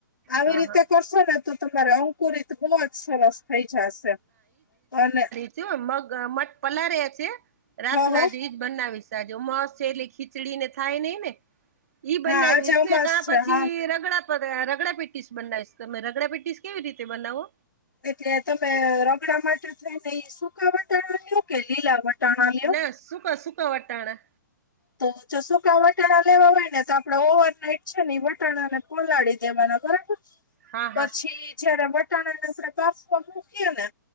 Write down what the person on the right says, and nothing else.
હા
હા
જો મગ મઠ પલાર્યા છે રાત
ના જ બનાવીશજ મસ <unintelligible> ખીચડી ને થાય નઈ ને ઈ બનાવીશ
ને કા
પછી
રગડા રગડા પેટીસ બનાવીશ તમે રગડા પેટીસ કેવી રીતે બનાવો
ના સુકા સુકા વટાણ
હા હા